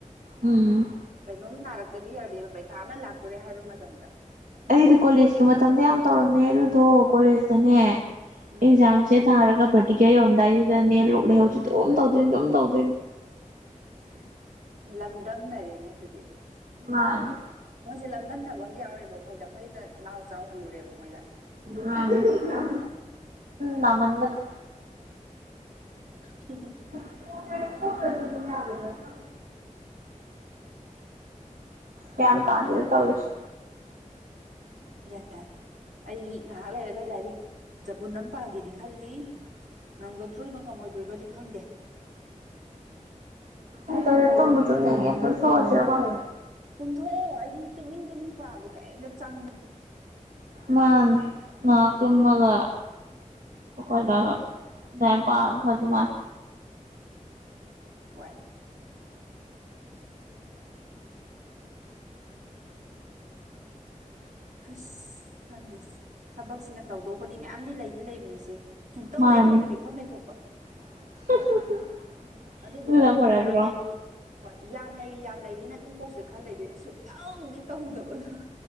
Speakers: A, on the right; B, on the right.
A: ꯎꯝ
B: ꯀꯩꯅꯣꯝ ꯅꯥꯔꯛꯇꯗꯤ ꯌꯥꯗꯦꯕ ꯄꯩꯈꯥ ꯑꯃ ꯂꯥꯛꯇꯣꯔꯦ ꯍꯥꯏꯕ ꯃꯇꯝꯗ
A: ꯑꯩꯗꯤ ꯀꯣꯂꯦꯖꯀꯤ ꯃꯇꯝꯗ ꯌꯥꯝ ꯇꯧꯔꯝꯃꯦ ꯑꯗꯨꯗꯣ ꯀꯣꯂꯦꯖꯇꯅꯦ
B: ꯎꯝ
A: ꯑꯦꯛꯖꯥꯝ ꯁꯦ ꯊꯥꯔꯒ ꯄ꯭ꯔꯦꯛꯇꯤꯀꯦꯟ ꯌꯧꯔꯝꯗꯥꯏꯁꯤꯗꯅꯦ ꯂꯣꯛ ꯂꯥꯏꯍꯧꯖꯦ ꯑꯗꯨꯝ ꯇꯧꯗꯣꯏꯅꯤ ꯑꯗꯨꯝ ꯇꯧꯗꯣꯏꯅꯤ
B: <unintelligible> ꯂꯝꯗꯝꯅꯔꯦꯅꯦ ꯑꯗꯨꯗꯤ
A: ꯃꯥꯅꯤ
B: ꯃꯣꯏꯖꯦ ꯂꯝꯗꯝꯟꯅꯕ ꯑꯃ ꯌꯥꯎꯔꯦꯕ ꯑꯩꯈꯣꯏꯗ ꯑꯩꯈꯣꯏꯅ ꯅꯥꯎ ꯆꯥꯎꯍꯜꯂꯨꯔꯦꯕ ꯃꯣꯏꯗ
A: ꯃꯥꯅꯤ ꯗꯨꯝ ꯅꯥꯃꯟꯗꯅ
B: <unintelligible>
A: <unintelligible> ꯒꯌꯥꯟ ꯇꯥꯗꯦꯗ ꯇꯧꯔꯤꯖꯦ
B: ꯒ꯭ꯌꯥꯟ ꯇꯥꯗꯦ ꯑꯩ ꯉꯥꯏꯍꯥꯛ ꯂꯩꯔꯒ ꯂꯥꯏꯔꯤꯛ ꯆꯕꯨꯟ ꯑꯃ ꯄꯥꯒꯦꯗꯤ ꯈꯜꯂꯤ ꯉꯝꯒꯗꯣꯔꯤꯕ ꯉꯝꯃꯣꯏꯗꯣꯔꯤꯕꯗꯤ ꯈꯪꯗꯦ
A: ꯑꯁ ꯑꯩꯗꯤ ꯇꯨꯝꯕꯨ ꯇꯨꯝꯅꯤꯡ ꯉꯛꯑꯦ ꯇꯣꯛꯊꯣꯛ ꯑꯖꯤꯔ ꯈꯪꯗꯦ
B: ꯇꯨꯝꯊꯣꯛꯑꯣ ꯍꯥꯏꯗꯤ ꯇꯨꯝꯅꯤꯡ ꯇꯨꯝꯅꯤꯡ ꯄꯥꯕꯗꯣ ꯀꯩꯝꯇ ꯆꯪꯗ
A: ꯃꯥꯅꯤ ꯉꯍꯥꯛ ꯇꯨꯝꯃꯒ ꯍꯧꯒꯠꯂꯒ ꯑꯗꯥꯏ ꯄꯥꯕꯅ
B: ꯎꯝ
A: ꯐꯗꯧ ꯃꯥꯜꯂꯦ
B: ꯍꯣꯏ ꯑꯁ ꯈꯪꯗꯦ ꯊꯕꯛꯁꯤꯅ ꯇꯧꯗꯧꯕꯗꯤ ꯃꯌꯥꯝꯗꯤ ꯂꯩꯗꯤ ꯂꯩꯕꯅꯤꯁꯦ ꯁꯨꯛ ꯇꯧ
A: ꯃꯥꯅꯤ
B: ꯍꯦꯛ ꯇꯧꯗꯕꯤ ꯐꯝ ꯂꯩꯊꯣꯛꯄ
A: <unintelligible>
B: ꯑꯗꯨꯗꯨꯒ
A: ꯑꯗꯨꯅ
B: ꯑꯗꯨꯝ
A: ꯐꯔꯗ꯭ꯔꯣ
B: ꯌꯥꯝ ꯂꯩꯔꯤ ꯍꯣꯏ ꯌꯥꯝ ꯂꯩꯔꯤ ꯌꯥꯝ ꯂꯩꯔꯤꯅ ꯑꯗꯨꯝ ꯀꯣꯛꯁꯤꯗ ꯈꯟ ꯂꯩꯗꯣꯏꯅꯦ ꯁꯨꯛꯇꯧꯗꯤ ꯇꯧꯗꯕꯗꯣ